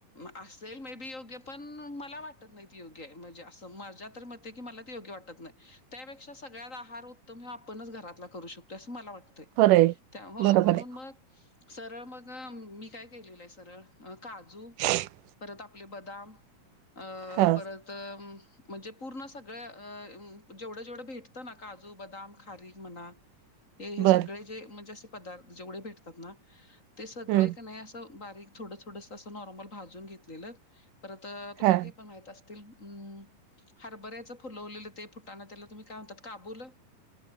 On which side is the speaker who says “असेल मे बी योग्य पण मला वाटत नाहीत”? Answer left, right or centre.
Left